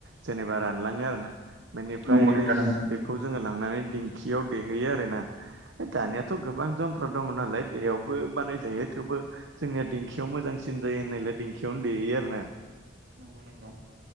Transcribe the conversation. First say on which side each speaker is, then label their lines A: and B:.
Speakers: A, on the right; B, on the right.
A: जेनेबा रानलाङो आरोना बेनिफ्राय
B: नंगौ नोंथां
A: बे
B: नंगौ
A: बेखौ जोङो लांनानै दिंखियाव देहैयो आरोना दानियाथ'
B: नंगौ
A: गोबां जन <unintelligible> दङ नालाय बेयावबो बानायजायो थेवबो जोंनिया दिंखियाव मोजांसिन जायो होननायलाय दिंखियाव दैयो देयो आरोना
B: नंगौ